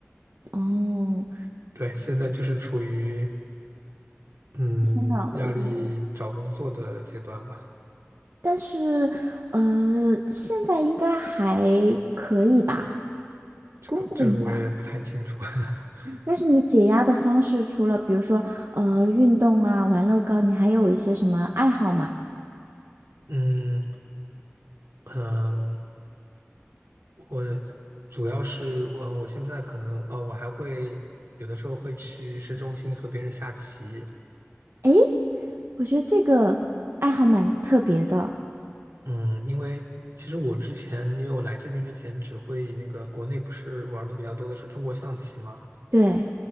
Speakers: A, on the right (about 65°); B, on the right (about 80°).
A: 哦。
B: 对，现在就是处于嗯压力找工作的阶段吧。
A: 想想我，但是呃，现在应该还可以吧，
B: 这个这个我也不太清楚。
A: 工作应该。
B: <laughs>
A: 但是你解压的方式，除了比如说呃运动啊、玩乐高，你还有一些什么爱好吗？
B: 嗯嗯，呃我主要是我我现在可能呃，我还会有的时候会去市中心和别人下棋。
A: 诶，我觉得这个爱好蛮特别的。
B: 嗯，因为其实我之前因为我来这边之前只会那个国内不是玩的比较多的是中国象棋嘛，
A: 对，